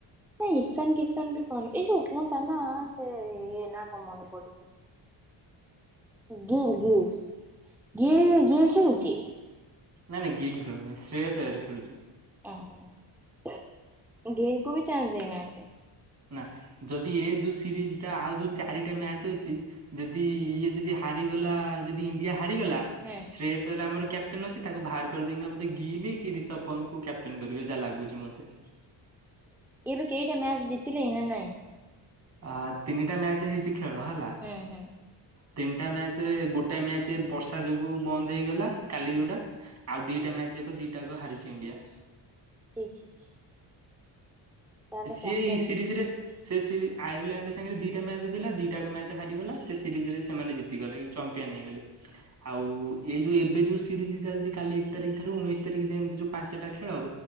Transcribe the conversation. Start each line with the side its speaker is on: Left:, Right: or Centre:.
Centre: ନା ଈଶାନ କିଶାନ ବି ଭ ଏଇ ଯୋଉ କୁହନ୍ତା ନା ସେ ଇଏ ନା କଣ ମନେ ପଡ଼ୁନି। ଗିିଲ ଗିିଲ୍ ଗି ଗିିଲ୍ ଖେଳୁଛି?
Right: ନାଇଁ ନାଇ ଗିଲ ଖେଳୁ ନହିଁ ଶ୍ରେୟସ ଆୟାର ଖେଳୁଛି।
Centre: ଓହୋ ଗିଲକୁ ବି ଚାନ୍ସ ଦେଇନାହାନ୍ତି।
Right: ନା ଯଦି ଏ ଯୋଉ ସିରିଜ ଟା ଆଉ ଯୋଉ ଚାରିଟା ମ୍ୟାଚ ଅଛି ଯଦି ଇଏ ଯଦି ହାର ଗଲା ଯଦି ଇଣ୍ଡିଆ ହାରିଗଲା
Centre: ହୁଁ
Right: ଶ୍ରେୟସ ଆୟା ଆମର କ୍ୟାପ୍ଟେନ ଅଛି ତାକୁ ବାହାର କରିଦେଇକିନା ବୋଧେ ଗିିଲ କି ରିଷଭ ପନ୍ତ କ୍ୟାପଟେନ କରିବେ ଯାହା ଲାଗୁଛି ମତେ।
Centre: ଏବେ କେଇଟା ମ୍ୟାଚ ଜିତିଲେଣି ନା ନାଇଁ।
Right: ଆ ତିନିଟା ମ୍ୟାଚ ହେଇଛି ଖେଳ ହେଲା।
Centre: ହୁଁ ହୁଁ।
Right: ତିନିଟା ମ୍ୟାଚ ରେ ଗୋଟେ ମ୍ୟାଚ ବର୍ଷା ଯୋଗୁ ବନ୍ଦ ହେଇଗଲା କାଲି
Centre: ହୁଁ
Right: ଯୋଉଟା। ଆଉ ଦିଟା ମ୍ୟାଚ ଏକ ଦିଟାକ ହାରିଛି ଇଣ୍ଡିଆ।
Centre: ଛି ଛି ଛି ଛି ଛି। ତାହେଲେ
Right: ସିଏ
Centre: କ୍ୟାପଟେନ
Right: ଏଇ ସିରିଜ ରେ ସେ ସିରି ଆୟରଲା୍ୟାଣ୍ଡ ସାଙ୍ଗରେ ଦିଟା ମ୍ୟାଚ୍ ଥିଲା ଦିଟାକ ମ୍ୟାଚ୍ ହାରିଗଲା ସେ ସିରିଜ ରେ ସେମାନେ ଜିତିଗଲେ ଚମ୍ପି ନେଇଗଲେ ଆଉ ଏ ଯୋଉ ଏବେ ଯୋଉ ସିରିଜ ଚାଲିଛି କାଲି ଏକ ତାରିଖ ଠାରୁ ଉଣେଇଶ ତାରିଖ ଯାଏ ଏମିତି ଯୋଉ ପାଁ ପାଞ୍ଚଟା ଖେଳବ